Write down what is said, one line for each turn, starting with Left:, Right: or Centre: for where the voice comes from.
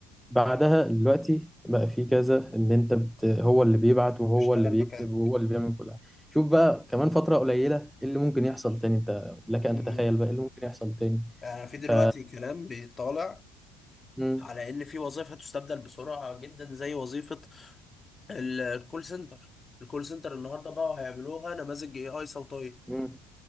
Centre: بعدها دلوقتي بقى في كذا ان انت بت... هو اللي بيبعت وهو
Left: اشتغل
Centre: اللي بيكتب
Left: مكانه
Centre: وهو اللي بيعمل كل حاجة شوف بقى كمان فترة قليلة ايه اللي ممكن يحصل تاني انت لك ان
Left: مم.
Centre: تتخيل بقى ايه اللي ممكن يحصل تاني
Left: آه في دلوقتي
Centre: ف
Left: كلام بيطالع
Centre: مم.
Left: على ان في وظائف هتستبدل بسرعة جدا زي وظيفة ال- الكول سنتر الكول سنتر النهارده بقى هيعملوها نماذج اي اي صوتية
Centre: مم.